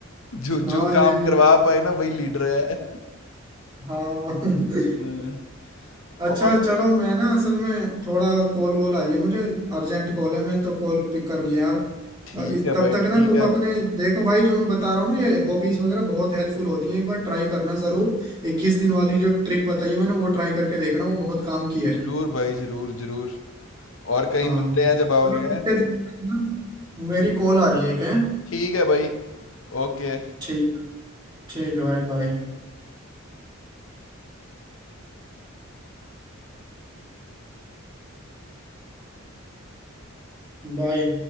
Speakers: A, on the left; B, on the right.
A: जो
B: हाँ
A: जो काम
B: ये भी
A: करवा
B: है
A: पाए ना वही लीडर है
B: हाँ <laughs>
A: हाँ,
B: अच्छा
A: और
B: चलो मैं ना असल में थोड़ा कॉल वॉल आ रही है मुझे अर्जेंट कॉल है मैं तो कॉल पिक करनी है यार
A: ठीक
B: अ, इस-
A: है
B: तब
A: भाई
B: तक
A: ठीक
B: ना तुम
A: है
B: अपने देखो भाई जो मैं बता रहा हूँ ना ये हॉबीज वगैरह बहुत हेल्पफुल होती हैं एक बार ट्राई करना जरूर इक्कीस दिन वाली जो ट्रिक बताई है मैंने वो ट्राई करके देखना वो बहुत काम की है
A: जरूर भाई जरूर जरूर और कहीं
B: हाँ
A: मिलते हैं जब आओगे
B: चलो ठीक
A: हैं
B: है ध्यान रखना। मेरी कॉल आ रही है क्या
A: ठीक है भाई ओके
B: ठीक है ठीक है भाई बाय बाय